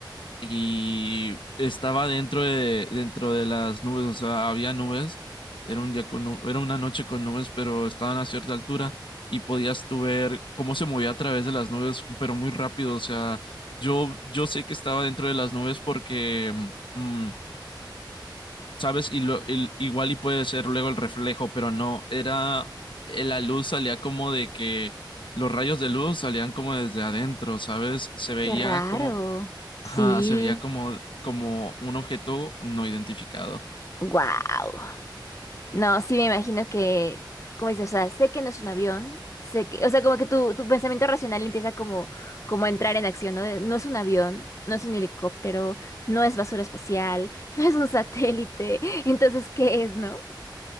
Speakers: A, on the left; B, on the left.
A: y estaba dentro de, dentro de las nubes, o sea, había nubes, era un día con, nu- era una noche con nubes, pero estaban a cierta altura y podías tú ver cómo se movía a través de las nubes, pero muy rápido, o sea, yo, yo sé que estaba dentro de las nubes porque, mm, ¿sabes? Y lo, el- igual y puede ser luego el reflejo, pero no, era, eh, la luz salía como de que... Los rayos de luz salían como desde adentro, ¿sabes? Se veía
B: Qué raro.
A: como,
B: Sí.
A: Ajá, se veía como, como un objeto no identificado.
B: Wow. No, sí me imagino que, como dices, o sea, sé que no es un avión, sé que, o sea, como que tu, tu pensamiento racional empieza como, como a entrar en acción, ¿no? De, no es un avión, no es un helicóptero, no es basura espacial, <laughs> no es un satélite, entonces, ¿qué es, no?